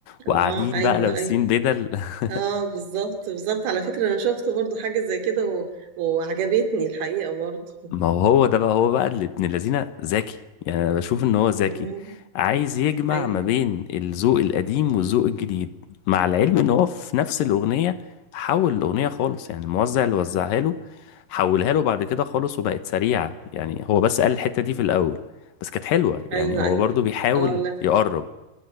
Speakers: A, on the left (about 70°); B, on the right (about 85°).
A: وقاعدين
B: اه ايوه
A: بقى لابسين
B: ايوه
A: بدل <laughs>
B: اه بالظبط بالظبط على فكرة انا شفت برضو حاجة زي كده و... وعجبتني الحقيقة برضو
A: ما هو ده بقى هو بقى اللي ابن الذين ذكي يعني انا بشوف ان هو ذكي
B: مم.
A: عايز يجمع
B: ايوه
A: ما بين الذوق القديم والذوق الجديد مع العلم ان هو في نفس الاغنيه حول الاغنيه خالص يعني الموزع اللي وزعها له حولها له بعد كده خالص وبقت سريعه يعني هو بس قال الحته دي في الاول بس كانت حلوه
B: ايوه
A: يعني هو
B: ايوه
A: برضو بيحاول
B: اه لا
A: يقرب